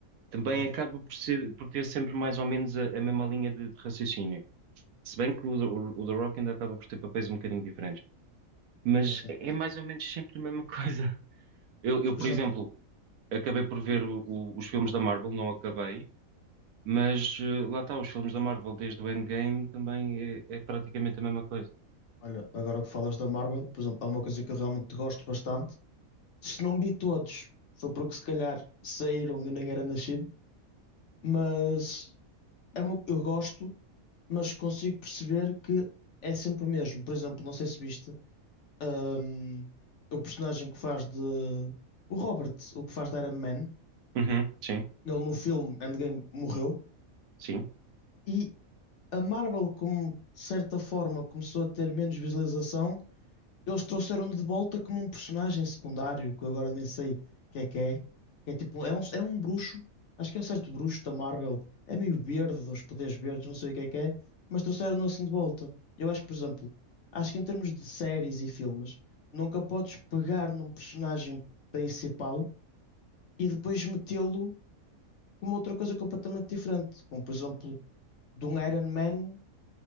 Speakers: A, on the right; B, on the left.
A: também
B: É,
A: acaba por ser, por ter sempre mais ou menos a, a mesma linha de de raciocínio. Se bem que o, The- o, o The Rock ainda acaba por ter papéis um bocadinho diferentes, mas
B: é, sim.
A: é mais ou menos sempre a mesma <laughs> coisa. Eu, eu,
B: Mas, por
A: por
B: exemplo,
A: exemplo, acabei por ver
B: o-
A: o- o- os filmes da Marvel, não acabei, mas eh, lá está, os filmes da Marvel desde o Endgame também é, é praticamente a mesma coisa.
B: olha, agora que falas da Marvel, por exemplo, há uma coisa que eu realmente gosto bastante. Se não vi todos, foi porque se calhar saíram e eu nem era nascido, mas é uma, eu gosto, mas consigo perceber que é sempre o mesmo. Por exemplo, não sei se viste. Um, o personagem que faz de. O Robert, o que faz de Iron Man,
A: Uhum, sim,
B: ele no filme Endgame morreu.
A: sim,
B: E a Marvel, como de certa forma, começou a ter menos visualização Eles trouxeram-no de volta como um personagem secundário, que eu agora nem sei que é que é. Que É tipo, é um, é um bruxo, acho que é um certo bruxo da Marvel. É meio verde, uns poderes verdes, não sei o que é que é, mas trouxeram-no assim de volta. Eu acho, que, por exemplo, acho que em termos de séries e filmes, nunca podes pegar num personagem principal e depois metê-lo como outra coisa completamente diferente. Como, por exemplo, de um Iron Man